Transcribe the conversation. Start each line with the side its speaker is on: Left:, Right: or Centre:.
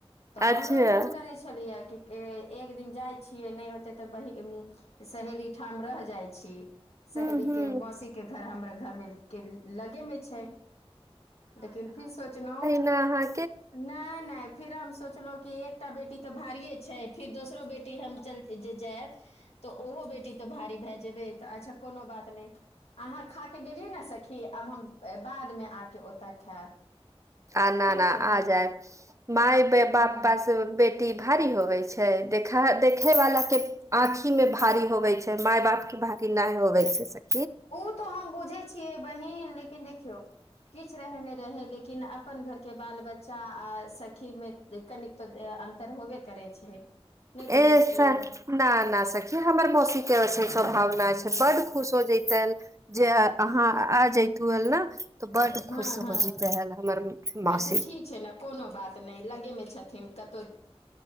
Left: तऽ
Right: अच्छा
Left: हमरो मन करै छै पुछलियै कि एक दिन जाइ छियै नहि होते तऽ ब तऽ सहेली ठाम रहहि जाइ छी सहेलीके
Right: हूँ हूँ
Left: मौसीक के घर हमरा घरमे के लगेमे छै लेकिन फिर सोचलो
Right: नहि आहाँ
Left: नहि नहि फेर हम सोचलहुँं कि एक एकटा बेटी तऽ भारिये छै फिर दोसरो बेटी हम चल जे जायब तऽ ओहो बेटी तऽ भारी भए जेबै तऽ अच्छा कोनो बात नहि अहाँ खा कऽ गेलियै नऽ सखी आब हम बादमे आके ओतऽ खायब
Right: आ ना
Left: ठीक
Right: ना
Left: छै
Right: आ
Left: ने
Right: जायब माय बाप
Left: हँ
Right: बेटी भारी होवे छै देखे वाला के आँखी मे भारी होवे छै माय बाप के भार नहि होबैसे सखी
Left: ओ तऽ हम बुझै छियै बहिन लेकिन देखियौ किछु रहै नहि रहै लेकिन अपन घरके बाल बच्चा आ सखीमे कनि तऽ अन्तर होबे करै छै नहि बुझै
Right: ए
Left: छियै
Right: न ना सखी हमर मौसीक के स्वभावना छै बड खुश हो जैतनि जे अहाँ आ जइतु हल नऽ तऽ बड्ड
Left: हँ
Right: खुश
Left: हँ
Right: होय जत्हे हमर मासी
Left: अच्छा ठीक छै ने कोनो बात नहि लगेमे छथिन कतहु